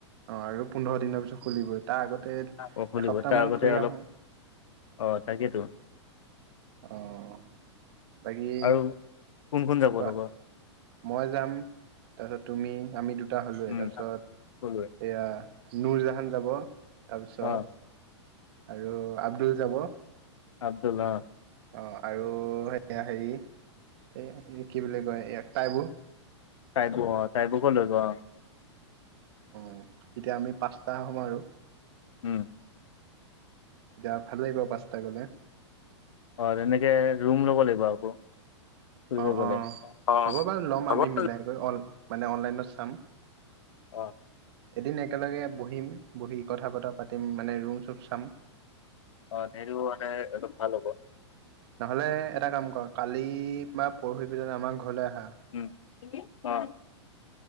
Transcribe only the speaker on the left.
অ', খুলিব তাৰ
আগতে
অলপ
অ', তাকেতো
আৰু কোন কোন যাব
লগত?
উম
কলোৱে
অ
আব্দুল হক
টাইবোৰ অ', টাইবোৰ ক'ত লৈ গ'ল
উম
হয় তেনেকে ৰুম ল'ব লাগিব আকৌ ফুৰিব
গ'লে
অ
হ'ব
বাৰু।
অহ।
অ', ধেৰিও মানে একদম ভাল হ'ব।
উম, অ'।